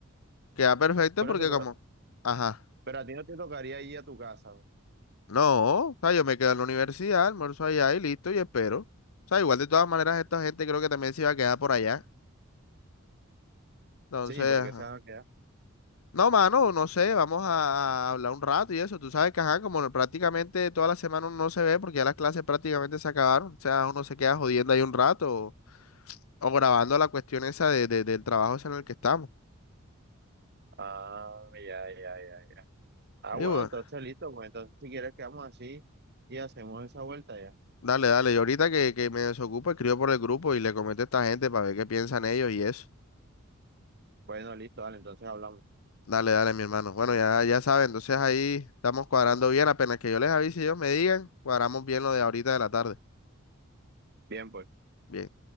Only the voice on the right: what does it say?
Por
eso, pero,
pero a ti no te tocaría ir a tu casa, ¿no?
Sí, porque
se van a quedar.
Ah, ya, ya, ya, ya. Ah,
bueno,
entonces listo, pues entonces si quieres quedamos así y hacemos esa vuelta ya.
Bueno, listo, dale, entonces hablamos.
Bien, pues.